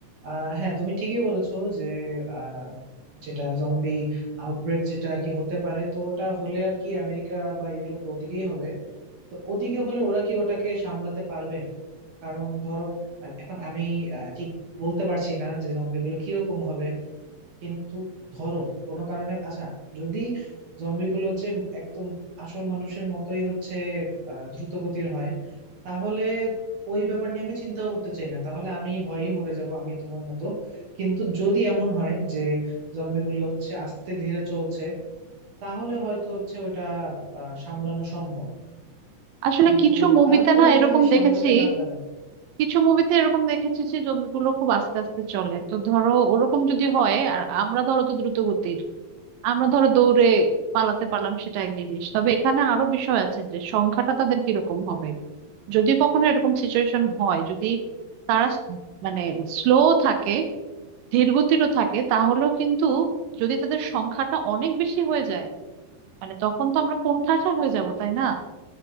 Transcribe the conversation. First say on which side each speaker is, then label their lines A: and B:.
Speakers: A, on the right; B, on the right.
A: আহ হ্যাঁ তুমি ঠিকই বলেছো যে আহ, যেটা জম্বি আউটব্রেক যেটা আর কি হতে পারে তো ওটা হলে আর কি আমেরিকা বা ইউরোপ ওদিকেই হবে তো ওদিকে হলে ওরা কি ওটাকে সামলাতে পারবে কারণ ধরো আহ, এখন আমি আহ, ঠিক বলতে পারছি না যে জম্বিগুলো কিরকম হবে কিন্তু ধরো কোনো কারণে আচ্ছা যদি জম্বিগুলো হচ্ছে একদম আসল মানুষের মতোই হচ্ছে আহ, দ্রুত গতির হয় তাহলে ওই ব্যাপার নিয়ে আমি চিন্তাও করতে চাই না তাহলে আমি ভয়েই মরে যাব আমিও তোমার মতো কিন্তু যদি এমন হয় যে জম্বিগুলো হচ্ছে আস্তে ধীরে চলছে তাহলে হয়তো হচ্ছে ওইটা আহ সামলানো সম্ভব
B: আসলে
A: কিন্তু
B: কিছু মুভিতে
A: তারপরেও
B: না এরকম
A: যদি সামলাতে
B: দেখেছি
A: না পারে
B: কিছু মুভিতে এরকম দেখেছি যে জমিগুলো খুব আস্তে আস্তে চলে তো ধরো ওরকম যদি হয় আর আমরা ধরো তো দ্রুত গতির আমরা ধরো দৌড়ে পালাতে পারলাম সেটা এক জিনিস তবে এখানে আরো বিষয় আছে যে সংখ্যাটা তাদের কিরকম হবে যদি কখনো এরকম সিচুয়েশন হয় যদি তারা স- মানে স্লো থাকে ধীর গতিরও থাকে তাহলেও কিন্তু যদি তাদের সংখ্যাটা অনেক বেশি হয়ে যায় মানে তখন তো আমরা কোণঠাসা হয়ে যাব তাই না